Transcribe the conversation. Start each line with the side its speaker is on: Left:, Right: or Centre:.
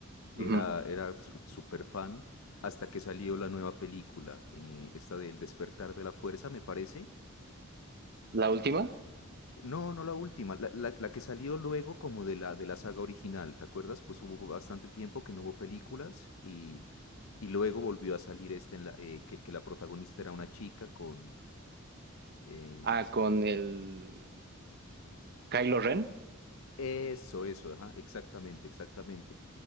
Left: Era,
Right: Ujú.
Left: era súper fan hasta que salió la nueva película, eh, esta del Despertar de la Fuerza, me parece.
Right: ¿La última?
Left: No, no la última, la, la- la que salió luego como de la, de la saga original, ¿te acuerdas? Pues hubo bastante tiempo que no hubo películas y, y luego volvió a salir esta en la, eh, que, que la protagonista era una chica con... eh,
Right: Ah,
Left: sí.
Right: con el Kylo Ren.
Left: Eso, eso, ajá, exactamente, exactamente.